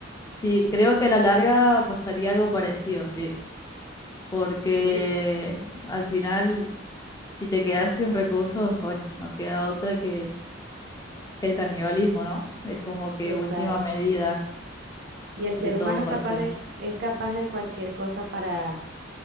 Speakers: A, on the left; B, on the right.
A: sí, creo que a la larga pasaría algo parecido, sí. porque
B: Sí,
A: al final, si te quedas sin recursos, bueno, no queda otra que, que el canibalismo, ¿no? Es como que
B: total.
A: última medida
B: Y el ser
A: de todo
B: humano es
A: para
B: capaz
A: hacer,
B: de, es capaz de cualquier cosa para,